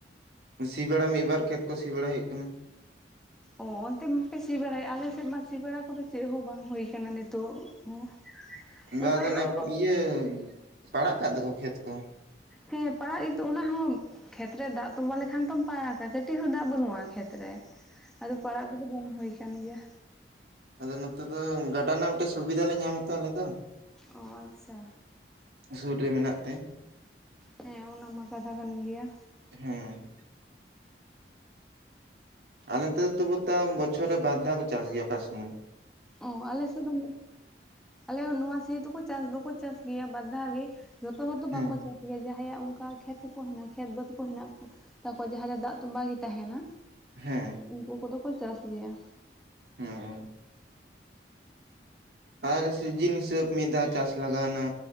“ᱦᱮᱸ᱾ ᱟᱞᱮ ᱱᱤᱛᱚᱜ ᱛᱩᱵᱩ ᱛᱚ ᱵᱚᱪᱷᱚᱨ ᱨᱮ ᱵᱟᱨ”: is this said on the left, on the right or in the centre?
Right